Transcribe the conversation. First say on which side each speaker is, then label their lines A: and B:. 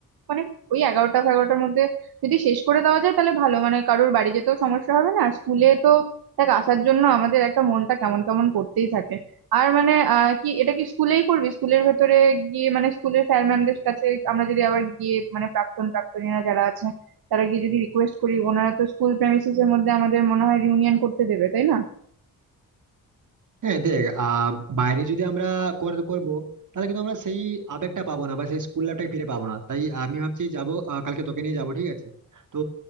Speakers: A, on the right; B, on the right.
A: মানে ওই এগারোটা এগারোটার মধ্যে যদি শেষ করে দেওয়া যায় তাহলে ভালো মানে কারোর বাড়ি যেতেও সমস্যা হবে না আর স্কুলে তো দেখ আসার জন্য আমাদের একটা মনটা কেমন কেমন করতেই থাকে আর মানে আহ, কি এটা কি স্কুলেই করবি স্কুলের ভেতরে গিয়ে মানে স্কুলের স্যার ম্যামদের কাছে আমরা যদি আবার গিয়ে মানে প্রাক্তন প্রাক্তনীরা যারা আছে তারা গিয়ে যদি রিকোয়েস্ট করি ওনারা তো স্কুল প্রেমিসিস এর মধ্যে আমাদের মনে হয় রিউনিয়ন করতে দেবে তাই না
B: হ্যাঁ দেখ আহ বাইরে যদি আমরা কর- করবো তাহলে কিন্তু আমরা সেই আবেগটা পাবো না বা সেই স্কুল লাইফটাকে ফিরে পাবো না তাই আমি ভাবছি যাবো আহ, কালকে তোকে নিয়ে যাবো ঠিক আছে তো